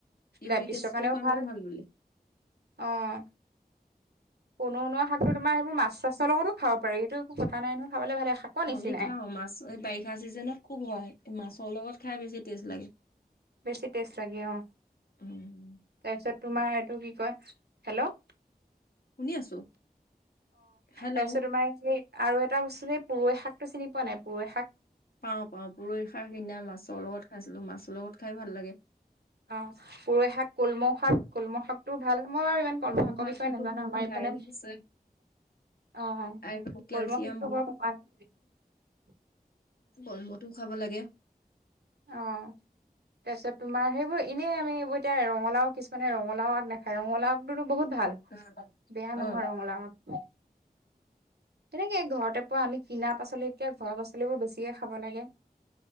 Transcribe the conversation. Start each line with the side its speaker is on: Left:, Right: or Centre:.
Left: ইউৰিক
Right: ডায়বেটিছৰ
Left: এচিডৰ
Right: কাৰণেও ভাল।
Left: বোলে।
Right: আহ। পননৌৱা শাকটো তোমাৰ সেইবোৰ মাছ চাছৰ লগতো খাব পাৰি এইটো কথা নাই নহয় খাবলৈ ভালে। শাকৰ
Left: অ
Right: নিচিনাই
Left: আমি খাওঁ মাছ এই বাৰিষা চিজনত খুব হয়। মাছৰ লগত খাই বেছি টেষ্ট লাগে।
Right: বেছি টেষ্ট লাগে। অ
Left: উম।
Right: তাৰপিছত তোমাৰ এইটো কি কয়? হেল্ল' আহ
Left: শুনি আছোঁ হেল্ল'
Right: তাৰপিছত তোমাৰ এই আৰু এটা বস্তু যে পুৰৈ শাকটো চিনি পোৱা নাই পুৰৈ শাক।
Left: পাওঁ পাওঁ পুৰৈৰ খাৰ সদিনা মাছৰ লগত খাইছিলো মাছৰ লগত খাই ভাল লাগে।
Right: অ পুৰৈ শাক কলমৌ শাক কলমৌ শাকটো ভাল মই ইমান কৰ্মকৰ
Left: কলমৌ শাক
Right: বিষয়ে
Left: কিন্তু
Right: নাজানো আমাৰ ইফালে
Left: আইৰণ আছে
Right: অ
Left: আইৰণ কেলচিয়াম
Right: কলমৌ শাকটো বৰ ভাল।
Left: কলমৌটোও খাব লাগে।
Right: অ তাৰপিছত তোমাৰ সেই আ এনেই আমি এইবোৰ এতিয়া ৰঙালাও কিছুমানে ৰঙলাও আগ নাখায় ৰঙালাও বহুত ভাল
Left: অ',
Right: বেয়া
Left: অ',
Right: নহয় ৰঙলাও আগ তেনেকে ঘৰতে পৰা আমি কিনা পাচলি কে ঘৰ পছলি পছলিবোৰ বেছিকে খাব লাগে।